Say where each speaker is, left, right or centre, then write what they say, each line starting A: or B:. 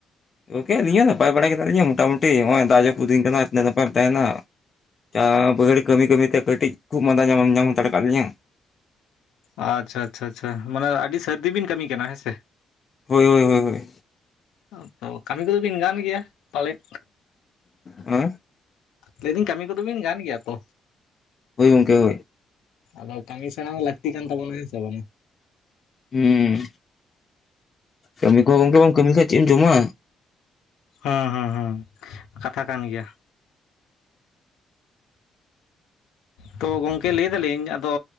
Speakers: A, on the left; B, on the left.
A: ᱜᱚᱢᱠᱮ ᱟᱹᱞᱤᱧ ᱦᱚᱸ ᱱᱟᱯᱟᱭ ᱵᱟᱲᱟᱜᱮ ᱦᱮᱱᱟᱜ ᱞᱤᱧᱟ ᱢᱚᱴᱟᱢᱩᱴᱤ ᱱᱚᱜᱼᱚᱭ ᱫᱟᱜ ᱡᱟᱹᱯᱩᱫ ᱫᱤᱱ ᱠᱟᱱᱟ ᱛᱤᱱᱟᱹᱜ ᱱᱟᱯᱟᱭᱮᱢ ᱛᱟᱦᱮᱱᱟ ᱪᱟ ᱵᱟᱹᱭᱦᱟᱹᱲ ᱠᱟᱹᱢᱤ ᱠᱟᱹᱢᱤᱛᱮ ᱠᱟᱹᱴᱤᱡ ᱠᱷᱩᱜ ᱢᱟᱸᱫᱟ ᱧᱟᱢ ᱧᱟᱢ ᱦᱟᱛᱟᱲ ᱟᱠᱟᱫ ᱞᱤᱧᱟᱹ
B: ᱟᱪᱪᱷᱟ ᱟᱪᱪᱷᱟ ᱟᱪᱪᱷᱟ ᱢᱟᱱᱮ ᱟᱹᱰᱤ ᱥᱟᱹᱨᱫᱤ ᱵᱤᱱ ᱠᱟᱹᱢᱤ ᱠᱟᱱᱟ ᱦᱮᱸ ᱥᱮ
A: ᱦᱳᱭ ᱦᱳᱭ ᱦᱳᱭ ᱦᱳᱭ
B: <unintelligible> ᱠᱟᱹᱢᱤ ᱠᱚᱫᱚ ᱵᱤᱱ ᱜᱟᱱ ᱜᱮᱭᱟ ᱯᱟᱞᱮᱫ
A: ᱦᱮᱸ
B: ᱞᱟᱹᱭᱫᱟᱹᱧ ᱠᱟᱹᱢᱤ ᱠᱚᱫᱚ ᱵᱤᱱ ᱜᱟᱱ ᱜᱮᱭᱟ ᱛᱚ
A: ᱦᱳᱭ ᱜᱚᱢᱠᱮ ᱦᱳᱭ
B: ᱟᱫᱚ ᱠᱟᱹᱢᱤ ᱥᱮᱬᱟ ᱦᱚᱸ ᱞᱟᱹᱠᱛᱤ ᱠᱟᱱ ᱛᱟᱵᱚᱱᱟ ᱦᱮᱸᱥᱮ ᱵᱟᱝᱼᱟ
A: ᱦᱩᱸ ᱠᱟᱹᱢᱤ ᱠᱚ ᱜᱚᱝᱠᱮ ᱵᱟᱢ ᱠᱟᱹᱢᱤ ᱞᱮᱠᱷᱟᱡ ᱪᱮᱫ ᱮᱢ ᱡᱚᱢᱟ
B: ᱦᱚᱸ ᱦᱚᱸ ᱦᱚᱸ ᱠᱟᱛᱷᱟ ᱠᱟᱱ ᱜᱮᱭᱟ
A: <inaudible>
B: ᱛᱚ ᱜᱚᱢᱠᱮ ᱞᱟᱹᱭ ᱫᱟᱞᱤᱧ ᱟᱫᱚ